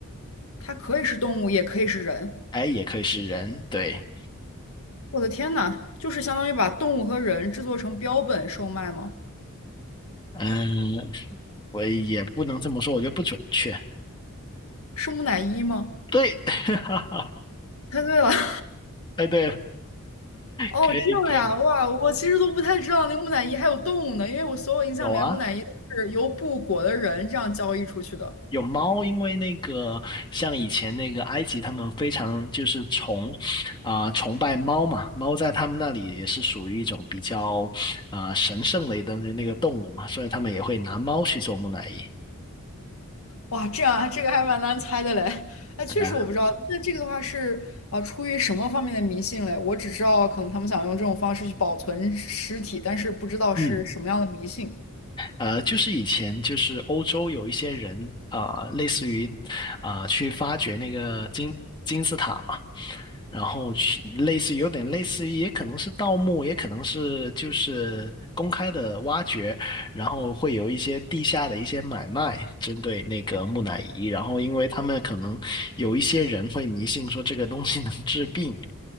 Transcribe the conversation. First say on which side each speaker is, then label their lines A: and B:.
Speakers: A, on the left; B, on the left.
A: 它可以是动物，也可以是人。
B: 哎，也可以是人，对，
A: 我的天呐，就是相当于把动物和人制作成标本售卖吗？
B: 嗯，我也不能这么说，我觉得不准确，
A: 是木乃伊吗？
B: 对，<laughs>
A: 猜对了。<laughs>
B: 哎，对
A: 哦，
B: 可以可以，
A: 这样呀，哇，我其实都不太知道那个木乃伊还有动物呢，因为我所有印象里面木乃伊都是由布裹的人这样交易出去的。
B: 有啊，有猫，因为那个像以前那个埃及，他们非常就是崇啊、崇拜猫嘛，猫在他们那里也是属于一种比较啊、神圣的一个那个动物嘛，所以他们也会拿猫去做木乃伊。
A: 哇，这样啊这个还蛮难猜的嘞。哎，
B: 对啊，
A: 确实我不知道。那这个的话是啊、出于什么方面的迷信嘞？我只知道可能他们想用这种方式去保存尸体，但是不知道是什么样的迷信。
B: 嗯。呃，就是以前就是欧洲有一些人啊、呃类似于啊、呃去发掘那个金金字塔嘛，然后去类似于有点类似于，也可能是盗墓，也可能是就是公开的挖掘，然后会有一些地下的一些买卖，针对那个木乃伊，然后因为他们可能有一些人会迷信说这个东西能治病，